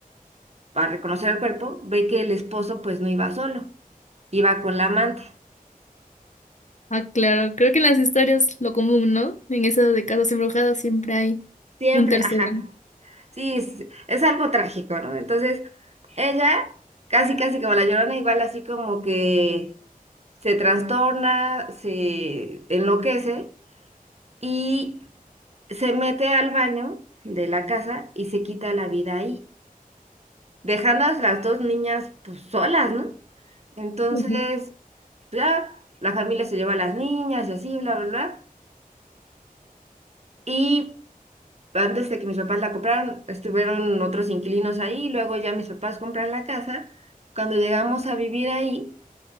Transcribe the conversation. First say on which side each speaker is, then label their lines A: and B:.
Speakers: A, on the right; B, on the left.
A: a reconocer el cuerpo, ve que el esposo pues no iba solo, iba con la amante.
B: Ah, claro, creo que en las historias lo común, ¿no? En esas de casas embrujadas siempre hay
A: Siempre,
B: un tercero.
A: ajá. Sí, es, es algo trágico, ¿no? Entonces, ella, casi, casi como la Llorona, igual así como que se trastorna, se enloquece y se mete al baño de la casa y se quita la vida ahí, dejando a las dos niñas pues, solas, ¿no? Entonces,
B: Ujú.
A: ya, la familia se lleva a las niñas y así, bla, bla, bla. Y antes de que mis papás la compraran, estuvieron otros inquilinos ahí, luego ya mis papás compran la casa. Cuando llegamos a vivir ahí,